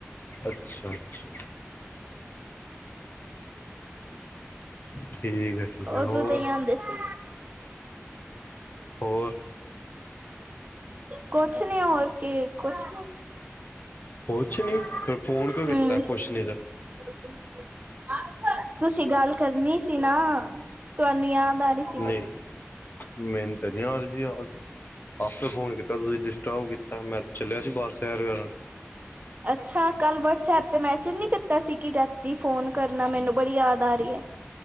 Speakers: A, on the left; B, on the right.
A: ਅੱਛਾ ਅੱਛਾ। ਠੀਕ ਐ, ਠੀਕ ਐ
B: ਉਦੋਂ
A: ਹੋਰ,
B: ਤੇ ਹੀ ਆਉਂਦੇ ਸੀ
A: ਹੋਰ।
B: ਕੁਛ ਨੀ, ਹੋਰ ਕੀ ਕੁਛ ਨਹੀਂ ਨੀ
A: ਕੁਛ ਨੀ, ਫਿਰ ਫੋਨ ਕਿਉਂ ਕੀਤਾ
B: ਹਮ
A: ਕੁਛ ਨੀ ਤੇ।
B: <inaudible> ਤੁਸੀਂ ਗੱਲ ਕਰਨੀ ਸੀ ਨਾ। ਤੁਹਾਨੂੰ ਯਾਦ ਆ ਰਹੀ ਸੀ
A: ਨਹੀਂ,
B: ਬੜੀ
A: ਮੈਨ ਤ ਨੀ ਆ ਰਹੀ ਸੀ ਯਾਦ ਆਪੇ ਫੋਨ ਕੀਤਾ ਤੁਸੀਂ, ਡਿਸਟਰਬ ਕੀਤਾ, ਮੈਂ ਤੇ ਚੱਲਿਆ ਸੀ ਬਾਰ ਸੈਰ ਕਰਨ।
B: ਅੱਛਾ, ਕੱਲ ਵਟਸਐਪ ਤੇ ਮੈਸੇਜ ਨੀ ਕੀਤਾ ਸੀ, ਕਿ ਰਾਤੀ ਫੋਨ ਕਰਨਾ, ਮੈਨੂੰ ਬੜੀ ਯਾਦ ਆ ਰਹੀ ਹੈ।